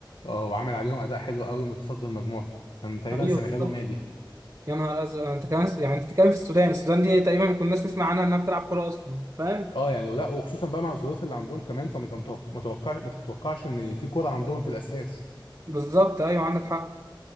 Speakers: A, on the left; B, on the right.
A: آه، وعامل عليهم اداء حلو قوي متصدر مجموعته كان تقريبا
B: ايوه
A: السنغال
B: بالظبط
A: ومالي
B: يا نهار ازرق يعني انت كمان يعني انت بتتكلم في السودان السودان دي تقريبا ما كناش نسمع عنها انها بتلعب كوره اصلا فاهم
A: اه يعني ولا وخصوصا بقى مع الظروف اللي عندهم كمان فما تتوقع ما تتوقعش ما تتوقعش ان في كوره عندهم في الاساس
B: بالظبط ايوه عندك حق